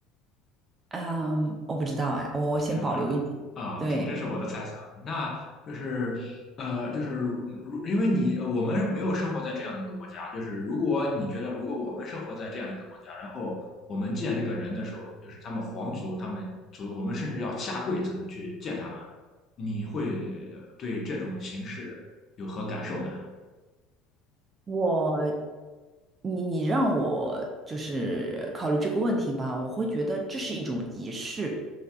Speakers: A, on the right; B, on the left.
A: 嗯，我不知道哎，我我先保留一点。
B: 是吗？啊，OK，
A: 对，
B: 这是我的猜想。那就是呃，就是如因为你我们没有生活在这样的一个国家，就是如果你觉得如果我们生活在这样一个国家，然后我们见这个人的时候，就是他们皇族，他们族，我们甚至要下跪才能去见他们，你会对这种形式有何感受呢？
A: 我你你让我就是考虑这个问题吧，我会觉得这是一种仪式，